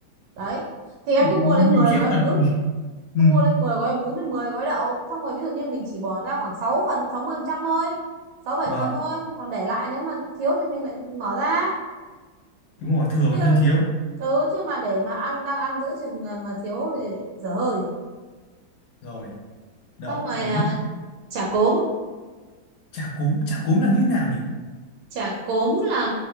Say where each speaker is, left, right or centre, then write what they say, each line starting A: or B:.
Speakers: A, on the right; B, on the left.
A: đấy thì em cứ mua
B: Mình
A: lấy 10
B: khiếp
A: gói bún
B: thật ừ,
A: cứ mua lấy 10 gói bún với 10 gói đậu xong rồi ví dụ như mình chỉ bỏ ra khoảng 6 phần 60 phần trăm thôi 6 bảy
B: vâng
A: phần thôi còn để lại nếu mà thiếu thì mình lại mở ra
B: đúng rồi thừa
A: chứ
B: còn hơn thiếu
A: ừ chứ mà để mà ăn đang ăn giữa chừng mà mà thiếu thì dở hơi
B: rồi đậu
A: xong rồi
B: bún
A: à, chả cốm
B: chả cốm chả cốm là như nào nhỉ
A: chả cốm là